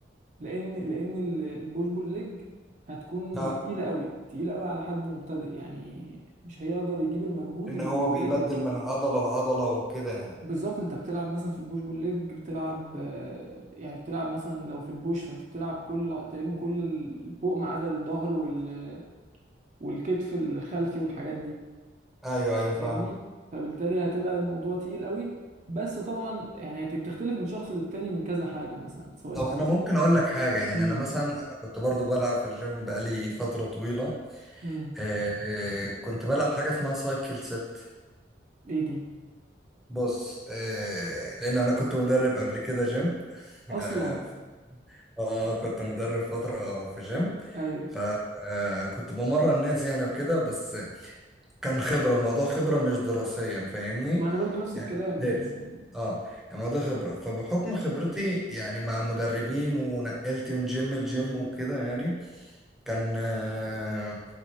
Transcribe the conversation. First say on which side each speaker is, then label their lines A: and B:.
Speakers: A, on the right; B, in the centre.
A: لأن لأن ال- البوش بول ليج هتكون
B: ها
A: تقيلة قوي تقيلة قوي على حد مبتدئ يعني مش هيقدر يجيب المجهود
B: ان
A: اللي
B: هو بيبدل
A: راكب
B: من عضلة لعضلة وكده يعني
A: بالظبط انت بتلعب مثلا في البوش بول ليج بتلعب آه، يعني بتلعب مثلا لو في البوش فانت بتلعب كل تقريبا كل ال- فوق ما عدا الظهر وال والكتف الخلفي والحاجات دي
B: ايوه ايوه فاهمة
A: فاهمني فبالتالي هتبقى الموضوع تقيل قوي بس طبعا يعني هت- بتختلف من شخص للتاني من كذا حاجة مثلا سواء
B: طب
A: انت
B: انا
A: مثلا
B: ممكن اقول لك حاجة يعني
A: مم.
B: انا مثلا أنا كنت برضو بلعب في الجيم بقالي فترة طويلة
A: امم
B: آه آه، كنت بلعب حاجة اسمها سايكل ست
A: ايه دي
B: بص آه لان انا كنت مدرب قبل كده جيم <laughs>
A: اصلا
B: اه آه، كنت مدرب فترة في جيم
A: ايوه
B: فكنت بمرن الناس يعني وكده بس كان خبرة الموضوع خبرة مش دراسيا فاهمني
A: ما انا برضو نفس
B: يعني
A: الكلام
B: مش دارس
A: يعني
B: اه يعني الموضوع خبرة فبحكم خبرتي يعني مع مدربين ونقلت من جيم لجيم وكده يعني كان آه